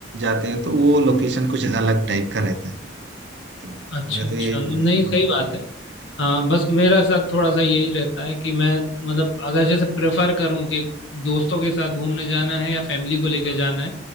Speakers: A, on the right; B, on the left.
A: जाते हैं तो वो लोकेशन कुछ अलग टाइप का रहता है तो
B: अच्छा
A: मैं
B: अच्छा
A: तो यही
B: नहीं सही
A: हाँ
B: बात है हाँ बस मेरा साथ थोड़ा सा यही रहता है कि मैं मतलब अगर जैसे प्रेफर करूँ कि दोस्तों के साथ घूमने जाना है या फैमिली को लेके जाना है